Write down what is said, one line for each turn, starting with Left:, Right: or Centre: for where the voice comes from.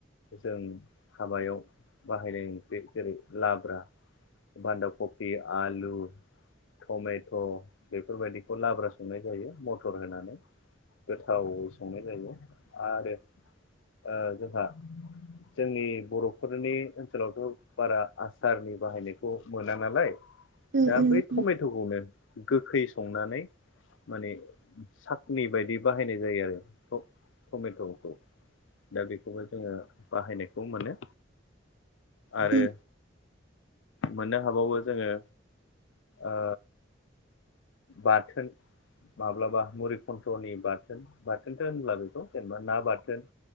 Left: जों हाबायाव बाहायनाय ओंख्रि जेरै लाब्रा बान्दा कफि, आलु, टमेट' बेफोरबायदिखौ लाब्रा संनाय जायो मटर होनानै। गोथावै संनाय जायो आरो ओ जोंहा जोंनि बर'फोरनि ओनसोलावथ' बारा आसारनि बाहायनायखौ मोना नालाय
Right: उम
Left: दा
Right: उम उम
Left: बै टमेट'खौनो गोखै संनानै माने साखनि बायदि बाहायनाय जायो आरो ट -टमेट'खौ। दा बेखौबो जोङो बाहायनायखौ मोनो। आरो
Right: उम
Left: मोननो हाबावो जोङो ओ बाथोन माब्लाबा मुरिखन्थ्र'नि बाथोन बाथोनथो होनब्ला बेखौ जेनेबा ना बाथोन।